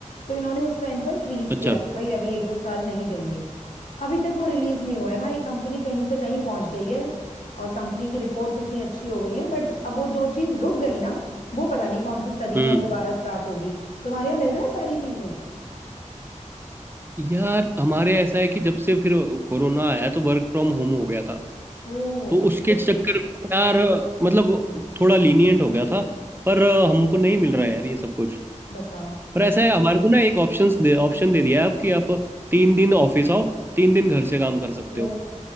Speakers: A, on the left (about 85°); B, on the right (about 15°).
A: तो इन्होंने उस टाइम पर फ्रीज
B: अच्छा
A: किया कि भाई अभी एक दो साल नहीं देंगे अभी तक वो रिलीज नहीं हुआ है भाई कंपनी कहीं से कहीं पहुंच गई है और कंपनी की रिपोर्ट्स इतनी अच्छी हो गई हैं बट अब वो जो चीज रुक गई ना वो पता नहीं कौन सी सदी
B: हम्म
A: में अब दोबारा स्टार्ट होगी तुम्हारे यहाँ मिल रहा है सारी चीजें
B: यार हमारे ऐसा है कि जब से फिर कोरोना आया तो वर्क फ्रॉम होम हो गया था
A: ओ
B: तो उसके
A: तो
B: चक्कर में यार मतलब थोड़ा लीनियंट हो गया था पर हमको नहीं मिल रहा है यार ये सब कुछ
A: बताओ
B: पर ऐसा है हमारे को ना एक ऑप्शन दे ऑप्शन दे दिया है अब कि आप तीन दिन ऑफिस आओ तीन दिन घर से काम कर सकते
A: ओ
B: हो